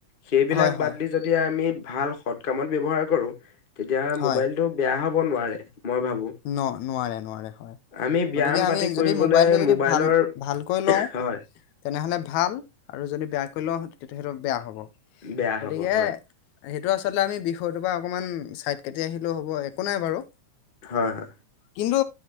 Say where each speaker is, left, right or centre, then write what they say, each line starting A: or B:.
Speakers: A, on the left; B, on the left.
A: সেইবিলাক
B: হয় হয়
A: বাদ দি যদি আমি- ভাল সৎ কামত ব্যৱহাৰ কৰোঁ- তেতিয়া
B: হয়
A: মোবাইলটো বেয়া হ'ব- নোৱাৰে। মই ভাবো
B: ন নোৱাৰে নোৱাৰে হয়।
A: আমি ব্যায়াম
B: গতিকে আমি
A: পাতি
B: যদি
A: কৰিবলে
B: মোবাইলটো যদি
A: মোবাইলৰ
B: ভাল ভালকৈ লওঁ
A: হয়
B: তেনেহলে ভাল আৰু যদি বেয়াকৈ লওঁ- তেয়া সেইটো বেয়া হ'ব
A: বেয়া
B: গতিকে
A: হ'ব হয়
B: সেইটো আচলতে আমি বিষয়টোৰ পৰা অকমান চাইট কাটি আহিলেও হ'ব, একো নাই বাৰু
A: হয় হয়।
B: কিন্তু